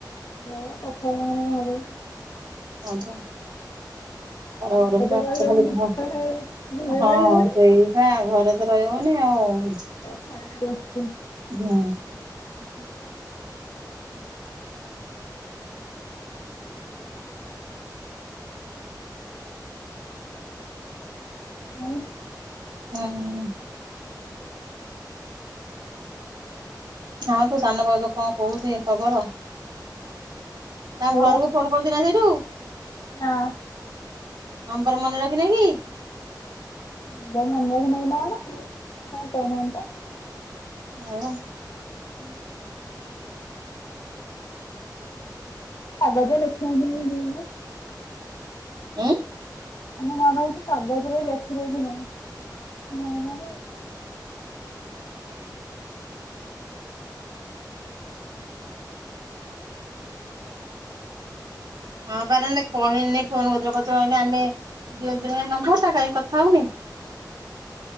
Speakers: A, on the left; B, on the right.
A: ସେଇଆ ଛତା ନ ନେଲେ କଣ ହବକି?
B: <unintelligible> ଗରମ
A: ଘରେ ତ
B: ଖାଲି
A: ରହି ହଉନି
B: <unintelligible>
A: ପଖାଳ ଖାଇବାକୁ ଘରେ
B: ହଁ
A: ରହି ହଉନି
B: ସେଇପା ଘରେ ତ ରହିହବନି ଆଉ।। <unintelligible>
A: ଖଳା ରେ ବସିଚି।
B: ହଁ।
A: <inaudible> <unintelligible>
B: ହଁ ହଁ ତୋ ସାନ ଭାଉଜ କଣ କହୁଛି ଖବର? ତାଙ୍କ
A: ଭଲ?
B: ଘରକୁ ଫୋନ୍ ହୋଉଛି ନା ସେଇଠୁ।
A: ନା।
B: ନମ୍ବର ମନେ ରଖିନେଇ କି?
A: <unintelligible> କଣ କହୁନାହାନ୍ତି ତ?
B: <unintelligible>
A: ହୁଁ କାଗଜ ଲେଖି <unintelligible>
B: ଉଁ
A: ଆମେ ମନ ହଉଛୁ କାଗଜରେ ବି ଲେଖି ଦେଇେଥିଲେ। <unintelligible>
B: ହଁ ପାରେ କହିନେ ଫୋନ୍ କରିଦେଲା କହିଲି ଆମେ ଦିଅନ୍ତୁନି ନମ୍ବର ଟା କାହିଁ କଥା ହଉନି।